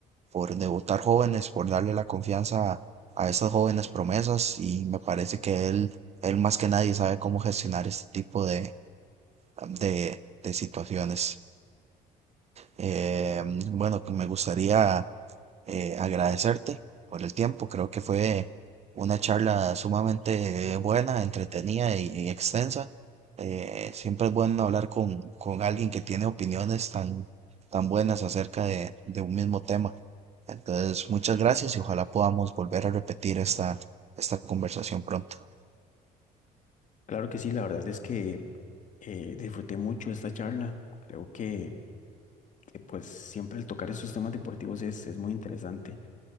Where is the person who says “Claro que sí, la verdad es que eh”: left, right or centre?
Left